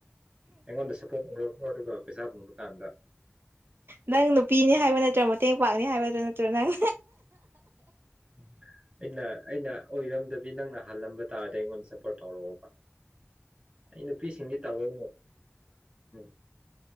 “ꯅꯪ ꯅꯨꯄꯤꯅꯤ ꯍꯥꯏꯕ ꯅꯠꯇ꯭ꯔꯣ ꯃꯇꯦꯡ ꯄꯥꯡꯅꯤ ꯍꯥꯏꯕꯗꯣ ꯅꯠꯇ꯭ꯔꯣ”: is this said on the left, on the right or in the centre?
Right